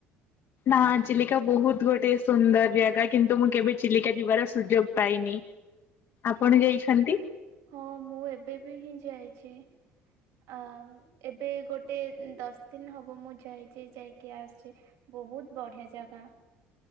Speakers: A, on the left; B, on the right.
A: ନା ଚିଲିକା ବହୁତ୍ ଗୋଟେ ସୁନ୍ଦର ଜାଗା କିନ୍ତୁମୁ କେବେ ଚିଲିକା ଯିବାର ସୁଯୋଗ ପାଇନି। ଆପଣ ଯାଇଛନ୍ତି?
B: ହଁ ମୁଁ ଏବେବିହିଁ ଯାଇଚି। ଅଁ ଏବେ ଗୋଟେ ଦଶ ଦିନି ହବ ମୁଁ ଯାଇଚି ଯାଇକି ଆସଛି। ବହୁତ୍ ବଢ଼ିଆ ଜାଗା।